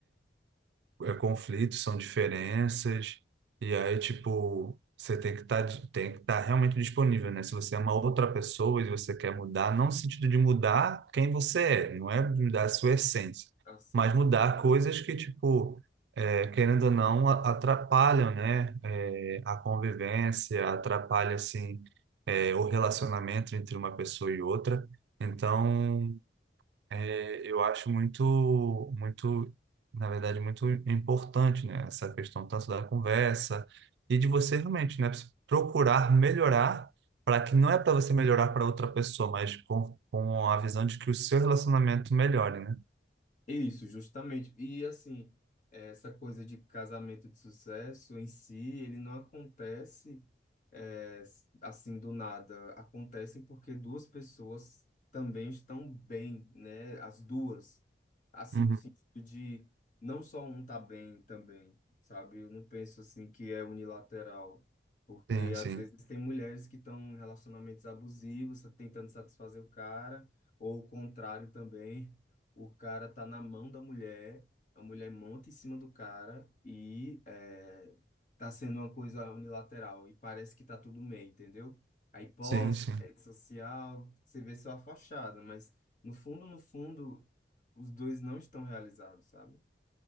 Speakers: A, on the right; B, on the left.
A: é, conflitos, são diferenças, e aí, tipo, você tem que estar tem que estar realmente disponível, né? Se você é uma outra pessoa e você quer mudar, não no sentido de mudar quem você é, não é mudar a sua essência,
B: casado.
A: mas mudar coisas que, tipo, é, querendo ou não, a- atrapalham, né? É, a convivência, atrapalha, assim, é, o relacionamento entre uma pessoa e outra. Então, é, eu acho muito, muito, na verdade, muito importante, né? Essa questão tanto da conversa e de você realmente, né? Procurar melhorar para que não é para você melhorar para outra pessoa, mas com, com a visão de que o seu relacionamento melhore, né?
B: Isso, justamente. E assim, essa coisa de casamento de sucesso em si, ele não acontece eh, assim do nada. Acontece porque duas pessoas também estão bem, né? As duas. Assim,
A: Uhum.
B: no sentido de não só um tá bem também, sabe? Eu não penso assim que é unilateral. Porque
A: Sim,
B: às
A: sim.
B: vezes tem mulheres que estão em relacionamentos abusivos, tá tentando satisfazer o cara, ou o contrário também. O cara tá na mão da mulher, a mulher monta em cima do cara e é, tá sendo uma coisa unilateral e parece que tá tudo bem, entendeu? Aí posta
A: Sim, sim.
B: na rede social, você vê só a fachada, mas no fundo, no fundo, os dois não estão realizados, sabe?